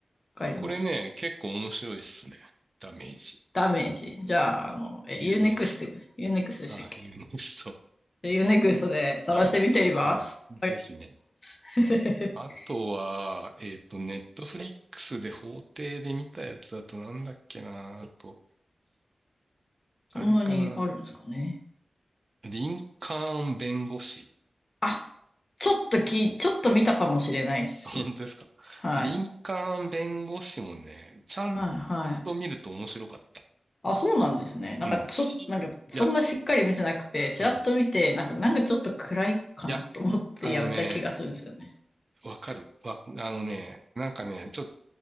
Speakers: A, on the left (about 50°); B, on the right (about 45°).
A: かりました。
B: これね、結構面白いっすね。ダメージ。
A: ダメージ。じゃあ、
B: はい。
A: あの、え、Unext、
B: U-NEXT。
A: u ネ e x t
B: はい。
A: でしたっけ
B: u ネクスト。
A: でユーネクストで探してみています。
B: はい。はい。
A: あれ
B: ぜひね。
A: <laughs>
B: あとは、えっと、ネットフリックスで法廷で見たやつだとなんだっけな。あと、あれかな。
A: そんなにあるんですかね。
B: リンカーン弁護士。
A: あ、ちょっとき、ちょっと見たかもしれないっす。
B: 本当ですか。
A: はい。
B: 林間弁護士もね、ちゃん
A: はい、はい。
B: と見ると面白かった。
A: あ、そうなんですね。なんかちょ、
B: うん。し、
A: なんかそんなしっかり見てなくて、
B: いや、
A: ちらっと見て、
B: うん。
A: なんか、なんかちょっと暗いかなと思ってやめた気がするんですよね。
B: いや、あのね、わかる。わ、あのね、なんかね、ちょ、